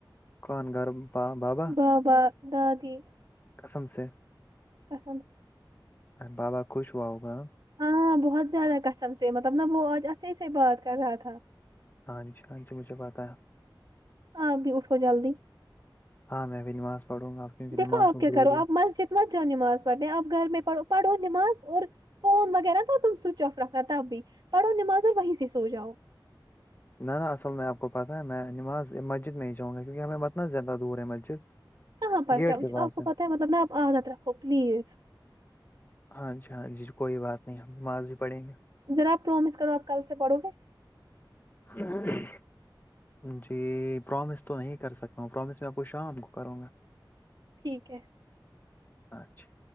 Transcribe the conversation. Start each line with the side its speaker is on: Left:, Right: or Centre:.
Left: کون گھر بابا
Right: بابا دادی
Left: قسم سے
Right: پسند
Left: بالااکوش وؤگامؤ
Right: ہاں بہت زیادہ کسم سے مطلب نہ وہ آج ایح سے بات کر رہا تھا
Left: ہاں جی ہاں جی مجھے بتایا
Right: آپ بھی اٹھو جلدی
Left: ہاں میں بھی نماز پڑھوں گا کیونکہ
Right: دیکھو
Left: نماز
Right: آپ کیا
Left: ضروری
Right: کرو آپ
Left: ہے
Right: مسجد تمچ جاؤ نماز پڑھنے آپ گھر میں پڑھو پڑھو نماز اور فون وغیرہ تھا تم سوئچ آف رکھنا تب بھی پڑھو نماز اور وہیں سے سو جاؤ
Left: ن نا اصل میں آپ کو پتا ہے میں نماز مسجد میں ج چؤں گا کیونکہ ہمیں بتنا زیادہ دور ہے مسجد
Right: کہاں پرس
Left: گیٹ
Right: آپ
Left: کے پاس
Right: کو پتہ ہے مطلب ن آپ عادت رکھو پلیز
Left: ہاں جی ہاں جی کوئی بات نہیں ہم نماز بھی پڑھیں گے
Right: ذاپ پرومس کرو آپ کل سے پڑو گے
Left: ہاں <unintelligible> جی پرومس تو نہیں کر سکتا ہوں پرومس میں آپ کو شام کو کروں گا
Right: ٹھیک ہے
Left: اچھا